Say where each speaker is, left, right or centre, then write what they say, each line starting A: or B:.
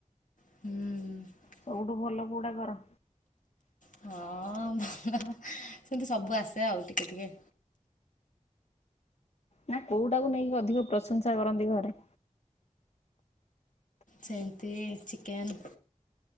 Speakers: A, on the left; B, on the left.
A: ହୁଁ।
B: ସବୁଠୁ ଭଲ କୋଉଟା କର।
A: ହଁ ଭଲ ସେମିତି ସବୁ ଆସେ ଆଉ ଟିକେ ଟିକେ।
B: ନା କୋଉଟାକୁ ନେଇକି ଅଧିକ ପ୍ରଶଂସା କରନ୍ତି ଘରେ?
A: ସେମତି ଚିକେନ୍